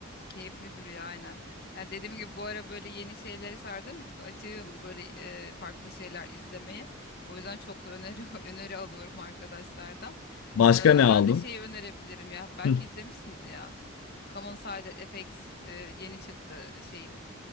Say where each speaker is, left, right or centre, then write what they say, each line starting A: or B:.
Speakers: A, on the left; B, on the left.
A: Keyifli duruyor aynen. Yani dediğim gibi bu ara böyle yeni şeylere sardığım için açığım böyle e, farklı şeyler izlemeye. O yüzden çok da öneri <laughs> öneri alıyorum arkadaşlardan.
B: Başka
A: Ee,
B: ne aldın?
A: ben de şeyi önerebilirim ya. Belki
B: <laughs>
A: izlemişsindir ya. Common On Side FX e, yeni çıktı şeyin